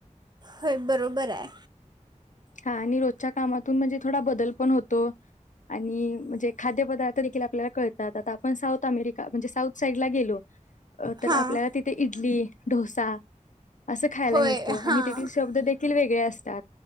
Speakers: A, on the right; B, on the left.
A: होय बरोबर आहे.
B: हा आणि रोजच्या कामातून म्हणजे थोडा बदल पण होतो आणि म्हणजे खाद्यपदार्थ देखील आपल्याला कळतात. आता आपण साऊथ अमेरिका म्हणजे साऊथ साईडला गेलो तर
A: हां
B: आपल्याला तिथे इडली, डोसा असं खायला
A: होय
B: मिळतो
A: हां
B: आणि तेथील शब्द देखील वेगळे हे असतात.